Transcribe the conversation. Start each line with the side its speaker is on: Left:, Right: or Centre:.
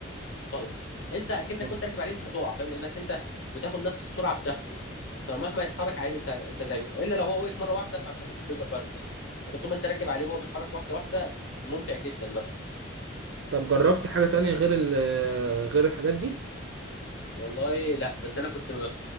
Left: انطلق انت اكنك
Right: اه
Left: كنت راكب عليه مش هتقع فاهم لانك انت بتاخد نفس السرعه بتاعته فمهما يتحرك عادي انت انت زيه الا لو هو وقف مره واحده فانت بتتنطر بقى لقدام لكن طول ما انت راكب عليه وهو بيتحرك واحده واحده ممتع جدا بقى
Right: طب جربت حاجة تانية غير ال غير الحاجات دي
Left: والله لا بس انا كنت م-